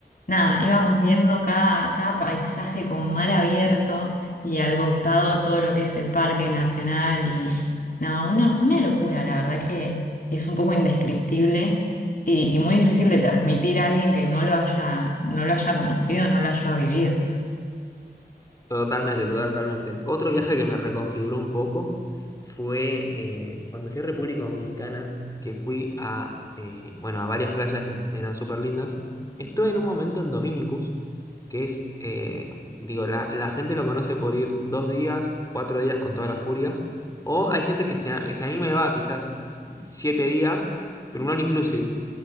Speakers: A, on the left; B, on the left.
A: nada, íbamos viendo cada, cada paisaje con mar abierto y al costado todo lo que es el Parque Nacional y no, una, una locura, la verdad que es un poco indescriptible y, y muy difícil de transmitir a alguien que no lo haya, no lo haya conocido, no lo haya vivido.
B: Totalmente, totalmente. Otro viaje que me reconfiguró un poco fue eh, cuando fui a República Dominicana, que fui a, eh, bueno, a varias playas que eran súper lindas. Estuve en un momento en Dominicus que es, eh, digo, la, la gente lo conoce por ir dos días, cuatro días con toda la furia, o hay gente que se, a- que se anima y va quizás siete días, pero un all inclusive.